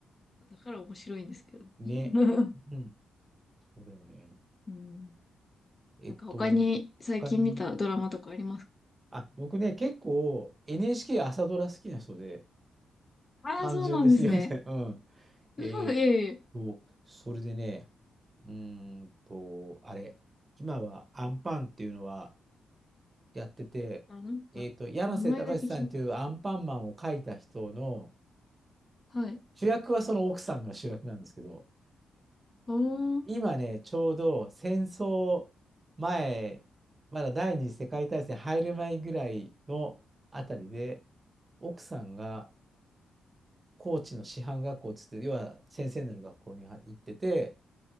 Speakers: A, on the left; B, on the right.
A: だから面白いんですけど。
B: ね。
A: <laughs>
B: うん。そうだよね。
A: うん。
B: えっと、
A: なんか他に最近見たドラマとかありますか
B: 他に、あ、僕ね、結構 NHK 朝ドラ好きな人で、
A: ああー、
B: 単純ですいません。
A: そうなんですね。
B: うん。えーっ
A: うわいえいえ。
B: と、それでね、うーんと、あれ、今はアンパンっていうのはやってて、
A: あ、なんか、
B: えーっと、柳瀬隆さんっていうアンパンマンを描いた人の、
A: 名前だけ聞いた。はい。
B: 主役はその奥さんが主役なんですけど、
A: おー。
B: 今ね、ちょうど戦争前、まだ第二次世界大戦入る前ぐらいのあたりで、奥さんが高知の師範学校つって、要は先生になる学校に行ってて、